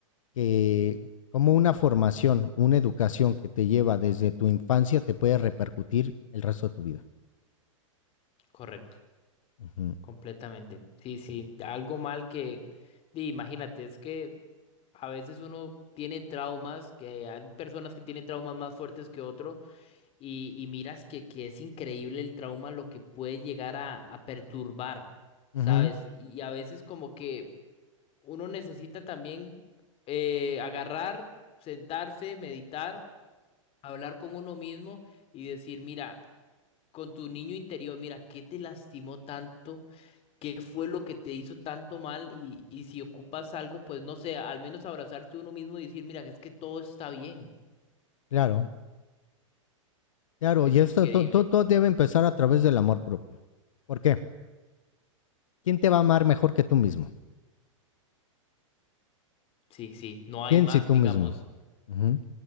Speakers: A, on the left; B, on the left.
A: que como una formación, una educación que te lleva desde tu infancia te puede repercutir el resto de tu vida.
B: correcto.
A: Ujú.
B: Completamente. Sí, sí, algo mal que, di, imagínate, es que a veces uno tiene traumas, que hay personas que tienen traumas más fuertes que otro, y, y miras que, que es increíble el trauma lo que puede llegar a, a perturbar, ¿sabes?
A: Ujú,
B: Y a veces como que uno necesita también eh, agarrar, sentarse, meditar, hablar con uno mismo y decir, mira, con tu niño interior, mira, ¿qué te lastimó tanto? qué fue lo que te hizo tanto mal y, y si ocupas algo, pues no sé, al menos abrazarse uno mismo y decir, mira, es que todo está bien.
A: Claro, claro,
B: Es
A: y esto
B: increíble.
A: to- to- todo debe empezar a través del amor propio. ¿Por qué? ¿Quién te va a amar mejor que tú mismo?
B: Sí, sí, no hay
A: ¿Quién
B: más,
A: si tú
B: digamos.
A: mismo? Ujú.